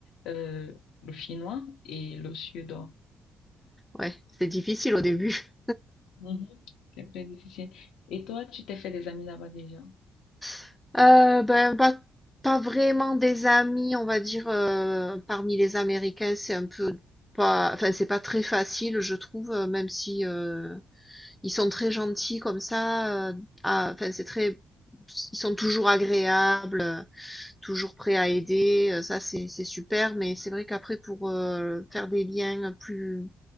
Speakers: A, on the left; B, in the centre.
A: euh, le finnois et le suédois.
B: Ouais, c'est difficile au début.
A: Mhm. C'est très difficile. Et toi, tu t'es fait des amis là-bas déjà?
B: <laughs> Heu, ben, pas pas vraiment des amis, on va dire, heu, parmi les Américains, c'est un peu pas enfin, c'est pas très facile, je trouve, heu, même si, heu Ils sont très gentils comme ça, heu, à enfin, c'est très ils sont toujours agréables, heu, toujours prêts à aider, heu, ça c'est c'est super, mais c'est vrai qu'après pour, heu, faire des liens plus